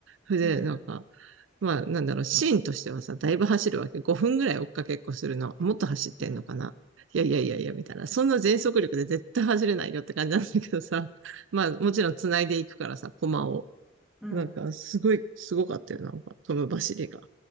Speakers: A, on the right; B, in the centre.
A: それで、
B: うん、
A: なんか、まあ、なんだろう、シーンとしてはさ、だいぶ走るわけ。5分ぐらい追っかけっこするの。もっと走ってんのかないやいやいやいや、
B: うん、
A: みたいな。そんな全速力で絶対走れないよって感じなんだけどさ。まあ、もちろん繋いでいくからさ、駒を。
B: うん。
A: なんか、すごい、すごかったよ、なんか、その走りが。